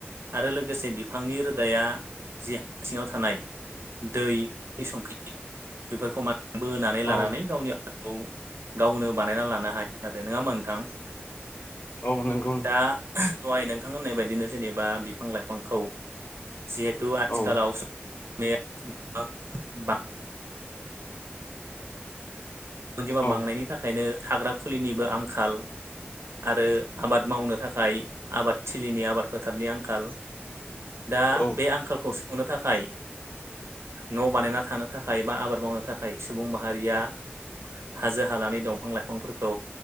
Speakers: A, on the right (about 75°); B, on the left (about 45°).
A: आरो लोगोसे बिफांनि रोदाया जि सिङाव थानाय दैनि संख्रि बेफोरखौ मान बोनानै
B: औ
A: लानानै गावनि हांखौ गावनो बानायना लानो हायो नङा नोंथां।
B: औ नोंगौ
A: दा दहाय नोंथां होननाय बायदिनो जेनेबा बिफां लाइफांखौ जिहेतु आथिखालाव
B: औ
A: <unintelligible> अनजिमा
B: औ
A: बांनायनि थाखायनो थाग्रा खुलिनिबो आंखाल आरो आबाद मावनो थाखाय आबाद थिलिनि आबाद फोथारनि आंखाल दा
B: औ
A: बे आंखालखौ सुफुंनो थाखाय न' बानायना थानो थाखाय बा आबाद मावनो थाखाय सुबुं माहारिया हाजो हालानि दंफां लाइफांफोरखौ